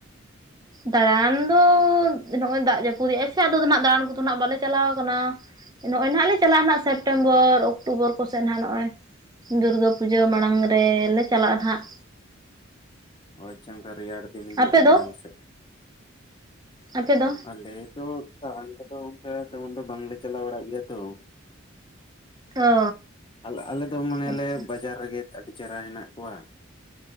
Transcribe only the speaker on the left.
ᱚᱭᱪᱚᱝᱠᱟ ᱨᱮᱭᱟᱲ ᱫᱤᱱ ᱦᱤᱡᱩᱜ
ᱢᱟᱲᱟᱝ
ᱥᱮ
ᱟᱞᱮ ᱛᱚ ᱫᱟᱲᱟᱱ ᱠᱚᱫᱚ ᱵᱟᱝᱞᱮ ᱪᱟᱞᱟᱣ ᱵᱟᱲᱟ ᱜᱮᱭᱟ ᱛᱚ᱾
ᱟᱞ ᱟᱞᱮ ᱫᱚ ᱢᱟᱱᱮ
ᱞᱮ ᱵᱟᱡᱟᱨ ᱨᱮᱜᱮ ᱟᱹᱰᱤ ᱪᱮᱦᱨᱟ ᱦᱮᱱᱟᱜ ᱠᱚᱣᱟ᱾